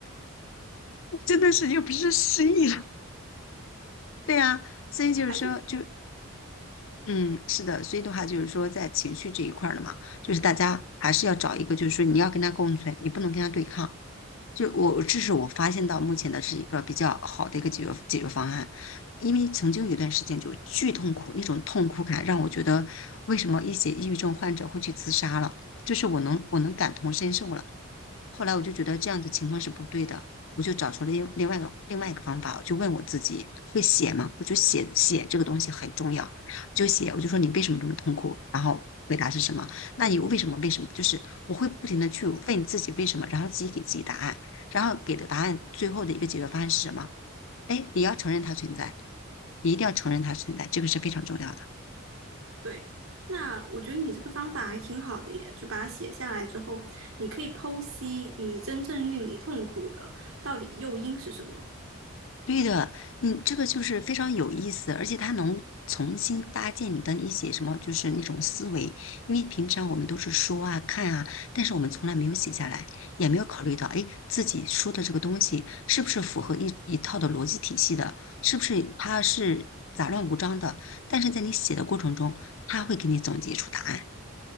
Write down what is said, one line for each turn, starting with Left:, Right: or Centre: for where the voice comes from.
Left: 真的是又不是失忆了。对呀，所以就是说，
Right: <laughs> 还是
Left: 就嗯，是的，所以的话就是说，在情绪这一块儿的嘛，就是大家还是要找一个，就是说你要跟他共存，你不能跟他对抗。就我，这是我发现到目前的是一个比较好的一个解决解决方案，因为曾经有一段时间就巨痛苦，那种痛苦感让我觉得，为什么一些抑郁症患者会去自杀了？就是我能我能感同身受了，后来我就觉得这样的情况是不对的，我就找出了另另外一个另外一个方法，我就问我自己，会写吗？我就写写这个东西很重要，就写，我就说你为什么这么痛苦？然后回答是什么？那你为什么为什么？就是我会不停的去问自己为什么，然后自己给自己答案，然后给的答案最后的一个解决方案是什么？哎，你要承认它存在，你一定要承认它存在，这个是非常重要的。
Right: 对。那我觉得你这个方法还挺好的耶，就把它写下来之后，你可以剖析你真正令你痛苦的到底诱因是什么。
Left: 对的，嗯，这个就是非常有意思，而且它能重新搭建你的一些什么，就是那种思维。因为平常我们都是说啊、看啊，但是我们从来没有写下来，也没有考虑到，哎，自己说的这个东西是不是符合一一套的逻辑体系的，是不是它是杂乱无章的？但是在你写的过程中，它会给你总结出答案。